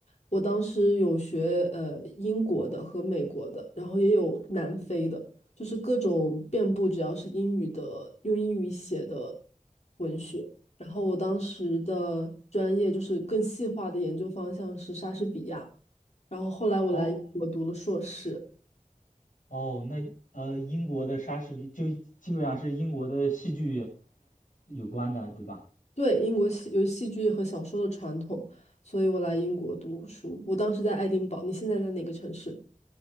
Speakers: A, on the left (about 60°); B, on the left (about 80°).
A: 我当时有学呃英国的和美国的，然后也有南非的，就是各种遍布，只要是英语的，用英语写的文学。然后我当时的专业就是更细化的研究方向是莎士比亚，然后后来我来我读了硕士。
B: 哦哦，那呃，英国的莎士比就基本上是英国的戏剧有关的，对吧？
A: 对，英国戏有戏剧和小说的传统，所以我来英国读书。我当时在爱丁堡，你现在在哪个城市